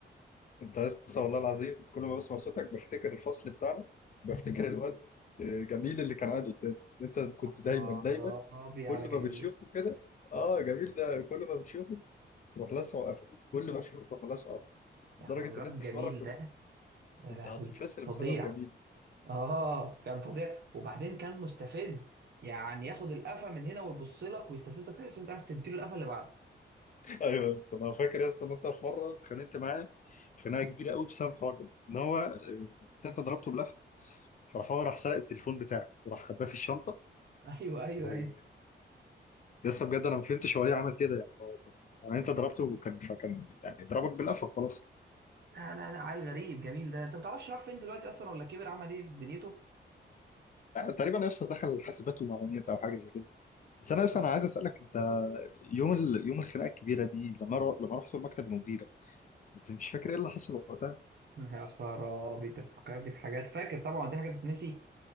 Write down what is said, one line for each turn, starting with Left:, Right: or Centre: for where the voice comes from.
Left: انت لسه والله العظيم كل ما بسمع صوتك بفتكر الفصل بتاعنا بفتكر الواد آه، جميل اللي كان قاعد قدامي انت كنت
Right: يا
Left: دايما دايما
Right: خرابي
Left: كل
Right: على جميل
Left: ما بتشوفه كده اه جميل ده كل ما بتشوفه تروح لاسعه وقفل كل ما تشوفه تروح لاسعه وقفل لدرجه
Right: يا خرابي الواد
Left: ان انت
Right: جميل
Left: في مره كنت
Right: ده يا
Left: كنت
Right: لهوي
Left: هتتفصل
Right: فظيع
Left: بسبب جميل
Right: اه كان فظيع وبعدين كان مستفز يعني ياخد القفا من هنا ويبص لك ويستفزك تحس انت عايز تديله القفا اللي بعده
Left: ايوه يا اسطى انا فاكر يا اسطى ان انت في مره اتخانقت معاه خناقه كبيره قوي بسبب الحوار ده ان هو آه، انت ضربته بلفه فراح هو راح سرق التليفون بتاعك وراح خباه في الشنطه
Right: <laughs> ايوه ايوه
Left: ولسه
Right: ايوه
Left: بجد انا ما فهمتش هو ليه عمل كده يعني هو طب يعني انت ضربته وكان فكان يعني ضربك بلفه خلاص
Right: لا لا لا عيل غريب جميل ده انت ما تعرفش راح فين دلوقتي اصلا ولا كبر عمل ايه في دنيته
Left: تقريبا يا اسطى دخل حاسبات ومعلومات او حاجه زي كده بس انا اصلا
Right: آه.
Left: انا عايز اسالك انت يوم ال... يوم الخناقه الكبيره دي لما رو... لما رحت المكتب المديره انت مش فاكر ايه اللي حصل وقتها
Right: يا خرابي انت بتفكرني بحاجات فاكر طبعا دي حاجه تتنسي